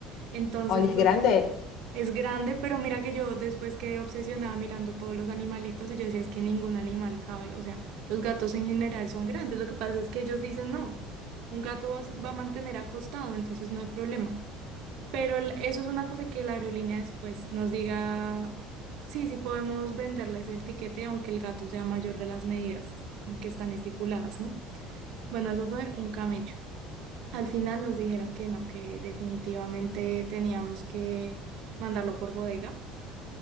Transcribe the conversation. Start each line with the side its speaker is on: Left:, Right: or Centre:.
Right: Entonces
Left: Oye, es
Right: eso
Left: grande
Right: fue, es grande, pero mira que yo después quedé obsesionada mirando todos los animalitos y yo decía, es que ningún animal cabe. O sea, los gatos en general son grandes. Lo que pasa es que ellos dicen, no, un gato va a, se- va a mantener acostado, entonces no hay problema. Pero el- eso es una cosa que la aerolínea después nos diga, sí, sí podemos venderles el tiquete aunque el gato sea mayor de las medidas en que están estipuladas, ¿no? Bueno, eso fue un camello. Al final nos dijeron que no, que definitivamente teníamos que mandarlo por bodega